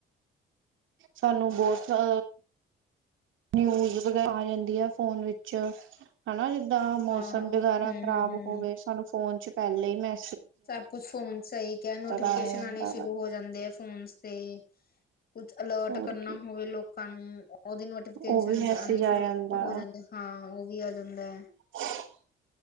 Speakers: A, on the right; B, on the left.
A: ਸਾਨੂੰ ਬੋਤ ਅ ਨਿਊਜ਼ ਵਗੈਰਾ ਆ ਜਾਂਦੀ ਐ, ਫੋਨ ਵਿੱਚ। ਹਨਾ ਜਿੱਦਾਂ ਮੌਸਮ
B: ਹਾਂ ਹਮ
A: ਵਗੈਰਾ
B: ਹਮ
A: ਖ਼ਰਾਬ
B: ਹਮ
A: ਹੋਵੇ ਸਾਨੂੰ ਫੋਨ 'ਚ ਪੈਲੇ ਈ ਮੈ
B: ਸਭ ਕੁਛ ਫੋਨ ਸਈ ਕੈ ਨੋਟੀਫਿਕੇਸ਼ਨ
A: ਦਾ ਆ ਜਾਂਦਾ
B: ਆਨੇ ਸ਼ੁਰੂ
A: ਵਾ
B: ਹੋ ਜਾਂਦੇ ਐ। ਫੋਨਸ ਤੇ ਕੁਛ ਅਲਰਟ
A: ਹੋਰ
B: ਕਰਨਾ
A: ਕੀ
B: ਹੋਵੇ ਲੋਕਾਂ ਨੂੰ। ਓਦੇ ਨੋਟੀਫਿਕੇਸ਼ਨ
A: ਉਹ ਵੀ ਮੈਸੇਜ
B: ਆਨੇ
A: ਆ
B: ਸ਼ੁਰੂ
A: ਜਾਂਦਾ
B: ਹੋ ਜਾਂਦੇ ਹਾਂ, ਓ ਵੀ ਆ ਜਾਂਦੈ।
A: <inaudible>